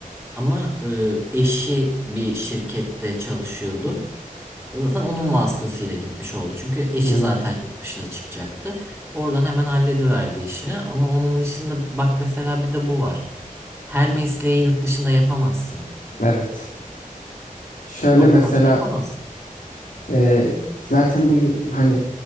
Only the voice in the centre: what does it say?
Ama e, eşi bir şirkette çalışıyordu. Ya zaten onun vasıtasıyla gitmiş oldu. Çünkü eşi
zaten yurt dışına çıkacaktı. Oradan hemen hallediverdi işini. Ama onun dışında bak mesela bir de bu var. Her mesleği yurt dışında yapamazsın.
Avukatlık
yapamazsın.